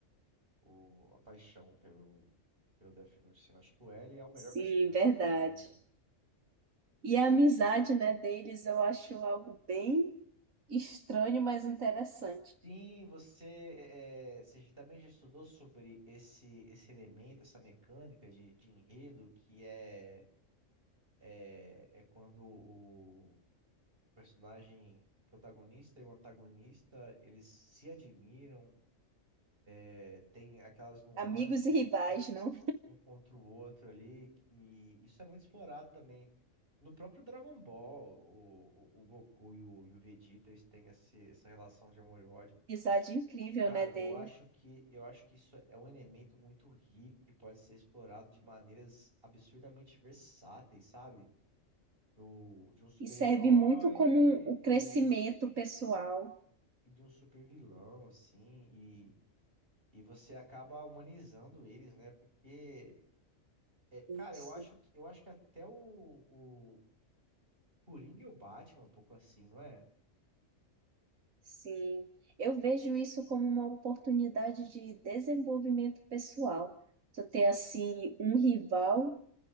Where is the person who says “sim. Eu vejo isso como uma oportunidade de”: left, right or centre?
Right